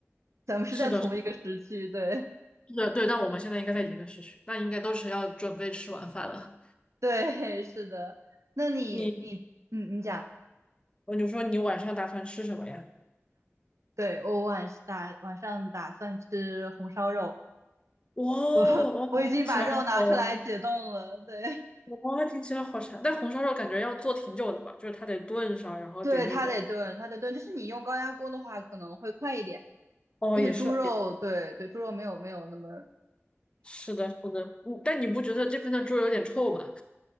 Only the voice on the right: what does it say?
咱们是在同一个时区。
对
<laughs> 对，是的。那你你嗯，
你讲，
对我晚打晚上打算吃红烧肉，
我 <laughs> 我已经把肉拿出来解冻了。
对，
对，它得炖，它得炖。就是你用高压锅的话，可能会快一点，
因为猪肉，
对对，猪肉没有没有那么，